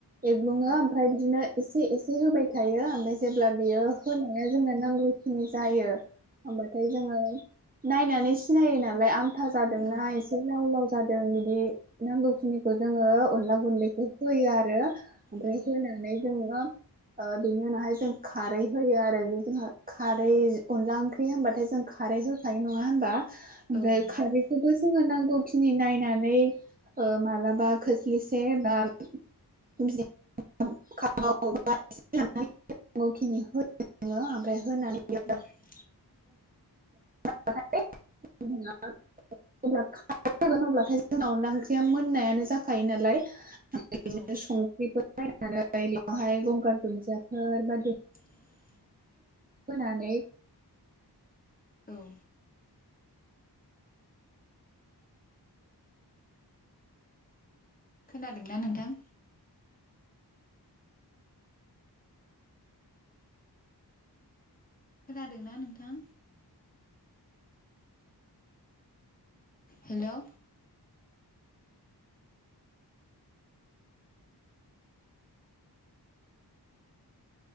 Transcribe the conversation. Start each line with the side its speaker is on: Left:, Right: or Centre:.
Right: एग्लुङो
Left: औ
Right: ओमफ्राय बिदिनो एसे एसे होबाय थायो ओमफ्राय जेब्ला बियो होनाया जोंनो नांगौ खिनि जायो होमबाथाय जोङो नायनानै सिनायो नालाय आमथा जादोंना
Left: औ
Right: एसे लाव लाव जादों बिदि नांगौखिनिखौ जोङो अनला गुन्दैखौ होयो आरो ओमफ्राय
Left: औ
Right: होनानै जोङो ओ बेनि उनावहाय जों खारै होयो आरो जोंहा खारै अनला ओंख्रि होनबाथाय जों खारै हो खारै नङा होनबा ओमफ्राय
Left: औ नंगौ
Right: खारैखौबो जोङो नांगौ खि खिनि नायनानै ओ मालाबा खोस्लिसे बा बि खाव लाब से होना नै बिदिनो नांगौखिनि होनानै आमफ्राय होनानैनो
Left: ओम
Right: ओम फाय जोंना जेब्ला खारै होगोन अब्लाथाय जोंना अनला ओंख्रिया मोननायानो जाखायो नालाय बिदिनो
Left: औ
Right: संख्रिफोर नायनानै बेवहाय गंगार दुन्दियाफोर बा
Left: खोनाया
Right: होनानै
Left: औ खोनादोंना नोंथां खोनादोंना नोंथां हेलौ